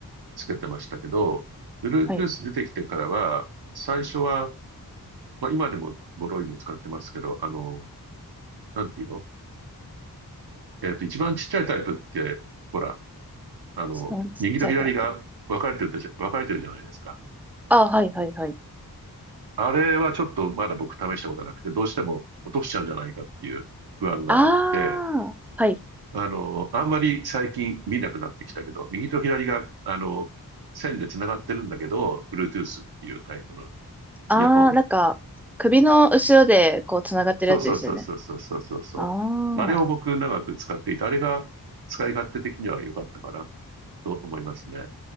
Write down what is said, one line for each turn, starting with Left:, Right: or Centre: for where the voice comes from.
Right: つけてましたけど、Bluetooth
Centre: はい。
Right: 出てきてからは、最初は、まあ今でもボロいの使ってますけど、あの、なんていうのえっと、一番ちっちゃいタイプって、ほら、あの、
Centre: 一番ちっちゃいタイプ。
Right: 右と左が分かれてるじゃ、分かれてるじゃないですか。
Centre: ああ、はい、はい、はい。
Right: あれはちょっとまだ僕試したことなくて、どうしても落としちゃうんじゃないかっていう不安があって、
Centre: ああ、はい。
Right: あの、あんまり最近見なくなってきたけど、右と左が、あの、線で繋がってるんだけど、Bluetooth っていうタイプの
Centre: ああ、
Right: イヤホン
Centre: なんか、首の後ろで、こう、つながってるやつですよね。
Right: そうそうそうそうそうそうそうそう。
Centre: ああ
Right: あれを僕長く使っていて、あれが使い勝手的には良かったかなと思いますね。